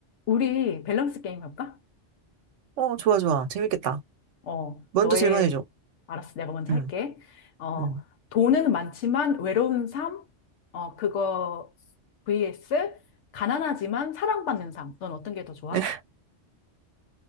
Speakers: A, on the left; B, on the right.
A: 우리 밸런스 게임 할까?
B: 어, 좋아, 좋아. 재밌겠다.
A: 어,
B: 먼저
A: 너의,
B: 질문해줘.
A: 알았어, 내가 먼저
B: 응,
A: 할게. 어,
B: 응.
A: 돈은 많지만 외로운 삶? 어, 그거, vs, 가난하지만 사랑받는 삶. 넌 어떤 게 더 좋아?
B: <laughs>